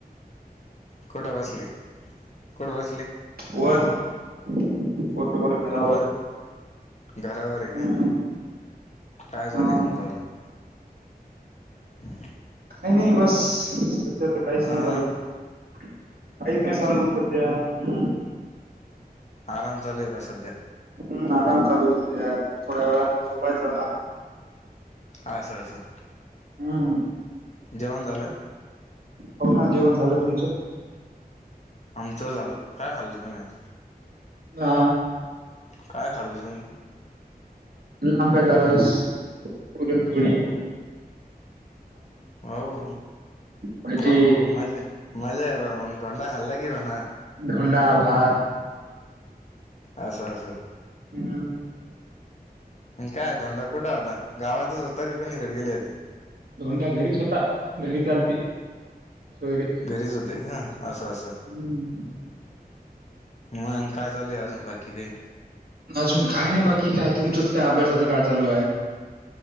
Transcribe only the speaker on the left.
कुठं बसले, कुठं बसले?
वर घरावर य
का, काय चालू
हाय तुमच? <unintelligible> <inaudible>
हा
आराम चालुय बा सध्या
आसं असं.
जेवाण झालं?
आमचं झाल, काय खाल्लं तुम्ही आज?
काय खाल्लं तुम्ही?
बाबो
बाबो मज्जा मज्जा आहे मग धोंडा खाल्ला की म्हना.
आसं असं.
म्हणजे काय धोंडा कुटा होता? गावातच होता की कोणीकडे गेले होते?
घरीच होते हा असं असं
मंग काय चालूय अजून बाकी कायी?